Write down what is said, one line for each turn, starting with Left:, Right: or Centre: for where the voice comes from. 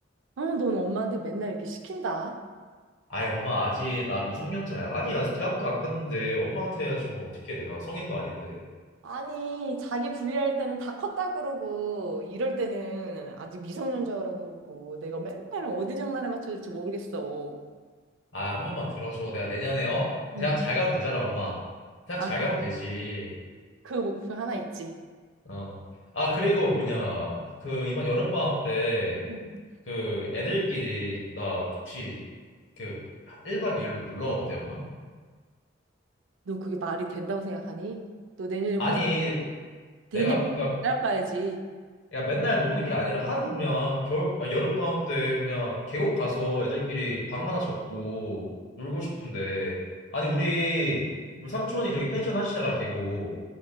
Right: 어, 넌 엄마한테 맨날 이렇게 시킨다.
Left: 아이, 엄마 아직 나 미성년자야. 아니, 아직 대학도 안 갔는데 엄마한테 지금 어떻게 해, 내가 성인도 아닌데.
Right: 아니, 자기 불리할 때는 다 컸다 그러고, 이럴 때는 아직 미성년자 그러고 그러고, 내가 맨날 어디 장난에 맞춰야 될지 모르겠어.
Left: 아, 한 번만 들어줘. 내가 내년에 어?
Right: 응.
Left: 대학 잘 가면 되잖아, 엄마. 대학
Right: 아,
Left: 잘
Right: 그,
Left: 가면 되지.
Right: 그 목표 하나 있지.
Left: 어. 아, 그리고 뭐냐. 그 이번 여름방학 때
Right: 응.
Left: 그 애들끼리 나 혹시 그 1박 2일로 놀러 와도 돼, 엄마?
Right: 너 그게 말이 된다고 생각하니? 너 내년에
Left: 아니
Right: 고생, 내년,
Left: 내가 그러니까
Right: 날 가야지.
Left: 그러니까 맨날 노는 게 아니라 하루 그냥 겨울 아, 여름방학 때 그냥 계곡 가서 애들끼리 방 하나 잡고 놀고 싶은데 아니 우리
Right: 응.
Left: 우리 삼촌이 저기 펜션 하시잖아 계곡